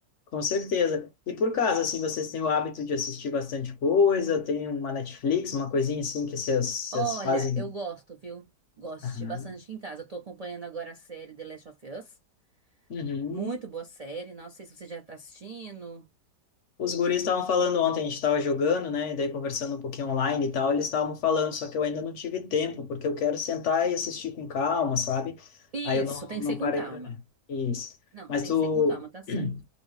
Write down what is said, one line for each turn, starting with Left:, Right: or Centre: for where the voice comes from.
Left: com certeza. E por caso, assim, vocês têm o hábito de assistir bastante coisa? Tem uma Netflix, uma coisinha assim que vocês vocês
Right: Olha,
Left: fazem?
Right: eu gosto, viu? Gosto
Left: Aham.
Right: de assistir bastante aqui em casa. Eu tô acompanhando agora a série The Last of Us.
Left: Uhum.
Right: Muito boa série. Não sei se você já tá assistindo.
Left: Os guris estavam falando ontem, a gente estava jogando, né? E daí conversando um pouquinho online e tal, eles estavam falando, só que eu ainda não tive tempo, porque eu quero sentar e assistir com calma, sabe?
Right: Isso,
Left: Aí eu não,
Right: tem que
Left: não
Right: ser com
Left: parei
Right: calma.
Left: para ler. Isso.
Right: Não,
Left: Mas
Right: tem
Left: tu.
Right: que ser com calma, tá certo.
Left: <clears throat>